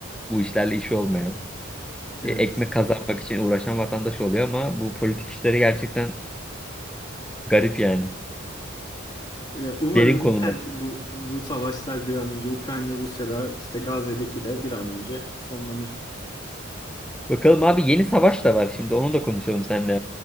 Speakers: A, in the centre; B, on the left.
A: bu işlerle işi olmayan.
B: Evet.
A: e, ekmek kazanmak için uğraşan vatandaş oluyor ama bu politik işleri gerçekten garip yani.
B: Ya umarım
A: Derin konular.
B: biter bu bu savaşlar bir an önce Ukrayna Rusya'da işte Gazze'deki de bir an önce sonlanır.
A: Bakalım abi yeni savaş da var şimdi onu da konuşalım seninle